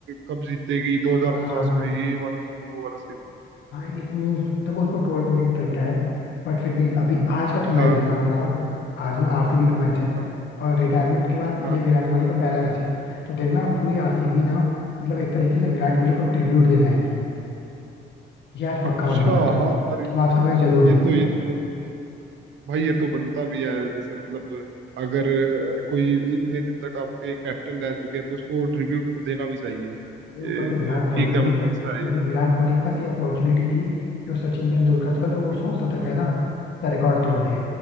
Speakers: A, on the right; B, on the left.
A: कब जीतेगी 2050
B: हाँ हाँ भाई
A: में ये वाला सीन वो वाला सीन
B: हाँ ये मीम्स देखो उसको ट्रोल करने का तरीका है बट फिर भी अभी आज का तो मैच
A: हाँ
B: देखना मैं बता रहा हूँ आज ना आरसीबी का मैच है
A: हाँ
B: और रिटायरमेंट के बाद
A: हाँ
B: ये विराट कोहली का पहला मैच है तो देखना पूरी आरसीबी
A: अच्छा
B: ना मतलब एक तरीके से विराट कोहली को ट्रिब्यूट देने आएगी ये आज पक्का
A: अच्छा
B: होने वाला है तुम
A: हाँ यार ये
B: तुम
A: तो
B: आज का मैच जरूर देखना
A: ये तो
B: भाई
A: ये तो बन- भाई ये तो बनता भी है जैसे मतलब अगर अ, कोई इतने दिन तक आपके कैप्टन रह चुके हैं तो उसको ट्रिब्यूट तो देना भी चाहिए
B: ये ऊपर
A: ये
B: से विराट
A: ठीक
B: कोहली भाई
A: है मतलब अच्छा है
B: मतलब
A: ये
B: विराट कोहली के पास ये अपॉर्चुनिटी थी कि वो सचिन तेंदुलकर का जो वो
A: हम्म
B: सौ शतक है ना उसका रिकॉर्ड तोड़ दे